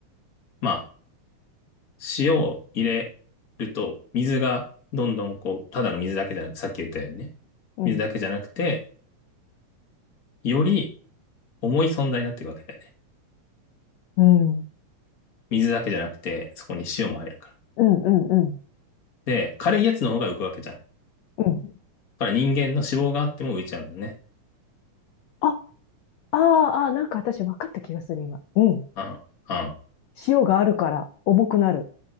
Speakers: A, on the left; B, on the left.
A: まあ、塩を入れると、水がどんどんこう、ただの水だけじゃなくて、さっき言ったようにね、
B: うん、
A: 水だけじゃなくて、より重い存在になっていくわけだよね。
B: うん、
A: 水だけじゃなくて、そこに塩も入るから。
B: うん、うん、うん。
A: で、軽いやつの方が浮くわけじゃん。だ
B: うん
A: から人間の脂肪があっても浮いちゃうんだね。
B: あ、あーあー、なんか私分かった気がする、今。うん。
A: うん、うん、
B: 塩があるから重くなる。